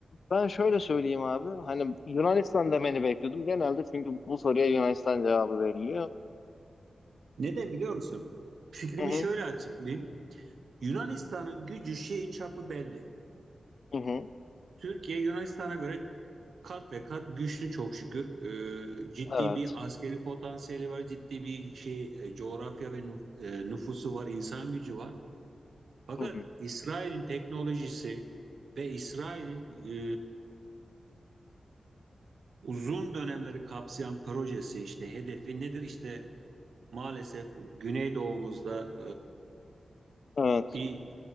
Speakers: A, on the left; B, on the right.
A: ben şöyle söyleyeyim abi. Hani Yunanistan demeni bekliyordum. Genelde çünkü bu soruya Yunanistan cevabı veriliyor.
B: Neden biliyor musun? Fikrimi
A: Hı hı,
B: şöyle açıklayayım. Yunanistan'ın gücü şeyi çapı belli.
A: hı hı,
B: Türkiye Yunanistan'a göre kat ve kat güçlü çok şükür. Ee, ciddi
A: evet.
B: bir askeri potansiyeli var, ciddi bir şey e, coğrafya ve nüf- e, nüfusu var, insan gücü var. Fakat
A: Hı hı,
B: İsrail'in teknolojisi ve İsrail'in e, uzun dönemleri kapsayan projesi işte hedefi nedir? İşte maalesef Güneydoğumuzda
A: evet.
B: e, bir